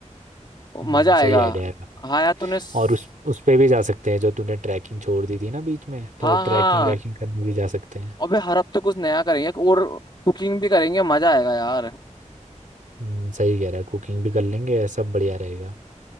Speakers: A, on the right; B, on the left.
A: हम्म,
B: मजा
A: सही
B: आएगा
A: आइडिया है भाई।
B: हाँ यार तूने स-
A: और उस उस पे भी जा सकते हैं जो तूने ट्रैकिंग छोड़ दी थी ना बीच में तो
B: हाँ हाँ
A: ट्रैकिंग व्रैकिंग करने भी जा सकते हैं
B: अबे हर हफ्ते कुछ नया करेंगे और कुकिंग भी करेंगे मजा आएगा यार
A: हम्म, सही कह रहा है कुकिंग भी कर लेंगे सब बढ़िया रहेगा